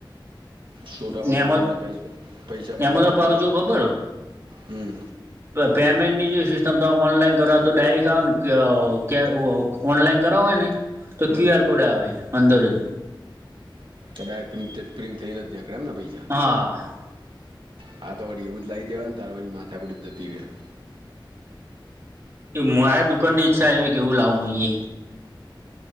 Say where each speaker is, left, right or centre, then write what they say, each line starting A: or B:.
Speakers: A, on the right; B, on the right.
A: છોટા વગન
B: ને એમાં
A: કોમના પૈ પૈસા બગાડવા
B: એમાં તો પાવ
A: બીજા
B: શું ખબર
A: હમ.
B: પેમેન્ટની જે સિસ્ટમ તમામે ઓનલાઈન કરો તો, ડાયરેક્ટ આવો ને કે. ઓનલાઈન કરવા ને, તો
A: હમ
B: ક્યુ આર આવે અંદર જ.
A: ડાયક પ્રિન્ટ થઈ ન નથી, જ્યાં કેમને પૈસા
B: હા.
A: હા, તો વળી એવું જ લાવી દેવા ને, તારે વળ માથાકુડ જ જતીર્યા.
B: એ મારા દુકાન ની ઈચ્છા એ કેવું લાવું મ એ